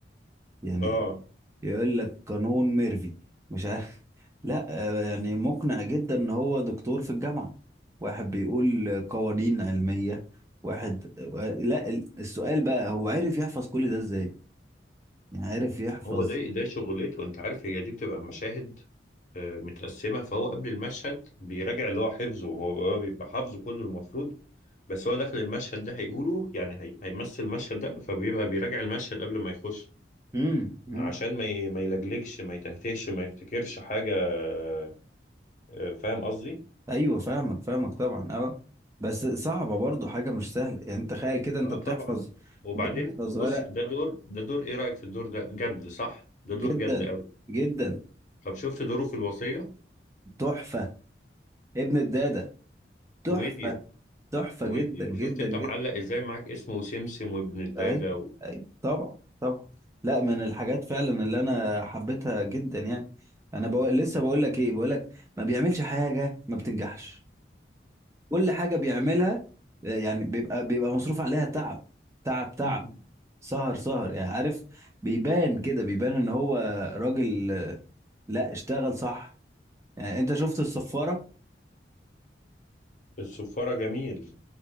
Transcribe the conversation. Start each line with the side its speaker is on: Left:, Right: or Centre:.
Right: يعني
Left: اه
Right: يقول لك قانون ميرفي مش عارف <laughs> لا آه، يعني مقنع جدا ان هو دكتور في الجامعة واحد بيقول قوانين علمية واحد و- لا ال- السؤال بقى هو عرف يحفظ كل ده ازاي يعني عرف يحفظ
Left: هو ده ده شغلته انت عارف هي دي بتبقى مشاهد آه، متقسمه فهو قبل المشهد بيراجع اللي هو حفظه هو هو بيبقى حافظه كله المفروض بس هو داخل المشهد ده هيقوله يعني هي هيمثل المشهد ده فبيبقى بيراجع المشهد قبل ما يخش
Right: امم امم
Left: عشان ما ي- ما يلجلجش ما يتهتهش ما يفتكرش حاجه آه، آه، فاهم قصدي؟
Right: ايوه فاهمك فاهمك طبعا اه بس صعبة برضو حاجة مش سهلة يعني انت تخيل كده انت
Left: اه
Right: بتحفظ
Left: طبعا وبعدين
Right: بتحفظ
Left: وبص
Right: ورق
Left: ده دور ده دور ايه رايك في الدور ده؟ جد صح؟ ده دور
Right: جدا
Left: جد قوي
Right: جدا
Left: طب شفت دوره في الوصيه؟
Right: تحفة ابن الدادة تحفة
Left: كوميديا
Right: تحفة
Left: كوميديا
Right: جدا جدا
Left: شفت انت
Right: جدا
Left: معلق ازاي معاك اسمه سمسم وابن الدادة
Right: اي
Left: و...
Right: اي طبعا طبعا لا من الحاجات فعلا اللي انا حبيتها جدا يعني انا بقول لسه بقول لك ايه بقول لك ما بيعملش حاجة ما بتنجحش كل حاجة بيعملها آه، يعني بيبقى بيبقى مصروف عليها تعب تعب تعب
Left: مم.
Right: سهر سهر يعني عارف بيبان كده بيبان ان هو راجل آه، لا اشتغل صح يعني انت شفت الصفارة
Left: الصفارة جميل